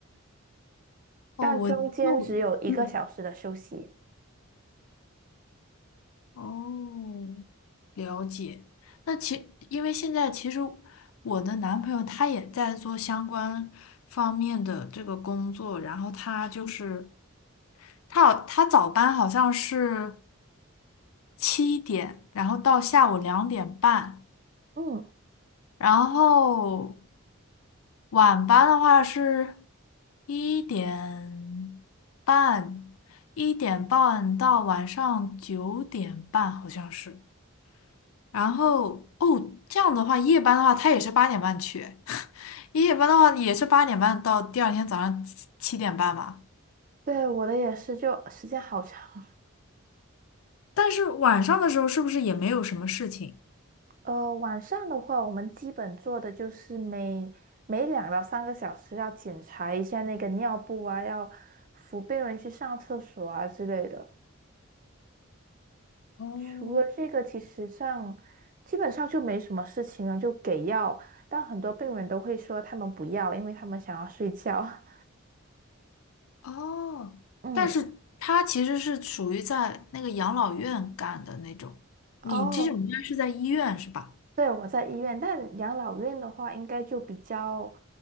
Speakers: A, on the left (about 75°); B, on the right (about 40°).
A: 哦，
B: 但中间只有一个小时的休息。
A: 我那我嗯，哦，了解。那其因为现在其实我的男朋友他也在做相关方面的这个工作，然后他就是。他好，他早班好像是七点，然后到下午两点半，
B: 嗯，
A: 然后晚班的话是一点半，一点半到晚上九点半好像是。然后哦，这样的话，夜班的话，他也是八点半去，<laughs> 夜班的话也是八点半到第二天早上七七点半吧。
B: 对，我的也是，就时间好长。
A: 但是晚上的时候是不是也没有什么事情？
B: 呃，晚上的话，我们基本做的就是每每两到三个小时要检查一下那个尿布啊，要扶病人去上厕所啊之类的。
A: 哦，
B: 除了这个，其实上基本上就没什么事情了，就给药。但很多病人都会说他们不要，因为他们想要睡觉。<laughs>
A: 哦，
B: 嗯，
A: 但是他其实是属于在那个养老院干的那种，
B: 哦，
A: 你这种应该是在医院是吧？
B: 对，我在医院，但养老院的话，应该就比较